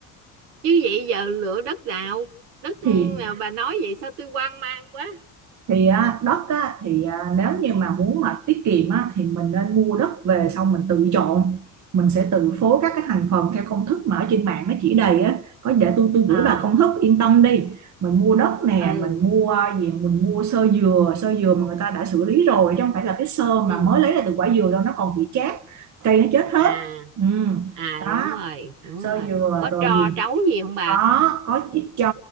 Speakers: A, on the right (about 80°); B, on the right (about 45°).
A: chứ vậy giờ lựa đất nào đất
B: thì
A: nào bà nói vậy sao tôi hoang mang quá
B: thì á, đất á, thì à, nếu như mà muốn mà tiết kiệm á, thì mình nên mua đất về xong mình tự chọn mình sẽ tự phối các cái thành phần theo công thức mà ở trên mạng nó chỉ đầy á có để tôi tôi gửi
A: à
B: bà công thức yên tâm đi mình mua đất nè
A: ừ
B: mình mua gì mình mua sơ dừa sơ dừa mà người ta đã xử lý rồi chứ không phải là cái sơ
A: ừ
B: mà mới lấy ra từ quả dừa đâu nó còn bị chát cây nó chết hết
A: à
B: ừ.
A: à
B: đó
A: đúng rồi đúng
B: sơ
A: rồi
B: dừa
A: có
B: rồi
A: tro
B: gì
A: trấu gì không bà
B: có có ít cho